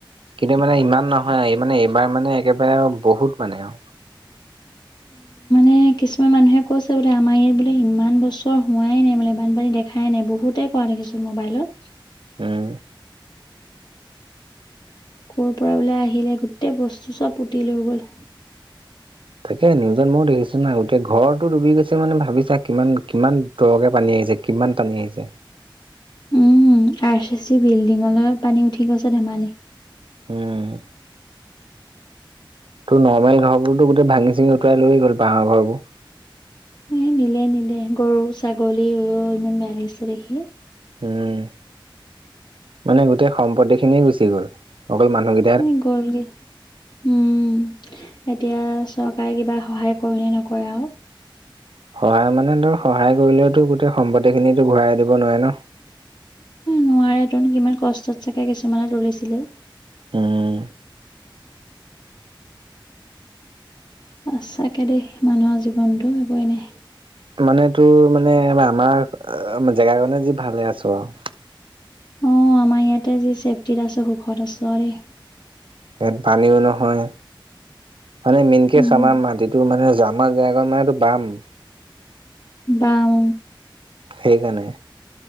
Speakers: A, on the right (about 80°); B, on the left (about 60°).
A: কিন্ত মানে ইমান নহয় মানে এইবাৰ মানে একেবাৰে বহুত মানে আৰু।
B: এ কিছুমান মানুহে কৈছে বোলে আমাৰ ইয়াত বোলে ইমান বছৰ হোৱাই নাই বোলে বানপানী দেখাই নাই বহুতে। পোৱা দেখিছোঁ মোবাইলত।
A: উম।
B: ক'ৰ পৰা ওলাই আহিলে গোটেই বস্তু চব পুতি থৈ গ'ল।
A: তাকে, নিউজত মইও দেখিছো না' গোটেই ঘৰটো ডুবি গৈছে মানে ভাবি চা কিমান-কিমান- দ'কে পানী আহিছে কিমান পানী আহিছে।
B: উমঁ, আৰ চি চি বিল্ডিঙলৈ পানী উঠি গৈছে ধেমালি।
A: উমঁ। সেইটো নৰ্মেল ঘৰবোৰটো ভাঙি-চিঙি উটুৱাই লৈ গ'ল বাঁহৰ ঘৰবোৰ।
B: এ' নিলে-নিলে গৰু, ছাগলী ইমান বেয়া লাগিছে দেখি।
A: উমঁ, মানে গোটেই সম্পত্তিখিনিয়ে গুচি গ'ল। অকল মানুহে
B: এহ গ'ল গৈ। উমঁ, এতিয়া চৰকাৰে কিবা সহায় কৰে নে নকৰে আৰু।
A: সহায় মানে ধৰ সহায় কৰিলেও তো গোটেই সম্পত্তিখিনিটো ঘূৰাই দিব নোৱাৰে ন।
B: নোৱাৰেটো, কিমান কষ্টত চাগে কিছুমানে তুলিছিলে।
A: উম
B: সঁচাকে দেই মানুহৰ জীৱনতো একোৱেই নাই।
A: মানে তোৰ মানে আমাৰ জেগা কনে যি ভালে আছো আৰু।
B: অ' আমাৰ ইয়াতে যি ছেফ্টিত আছো, সুখত আছো আৰু দেই।
A: ইয়াত পানীও নহয়, মানে মেইনকেচ
B: উম
A: আমাৰ মাটিতো। গম পালিটো আমাৰ জেগাকণ মানে টোৰ বাম।
B: বাম।
A: সেইকাৰণে।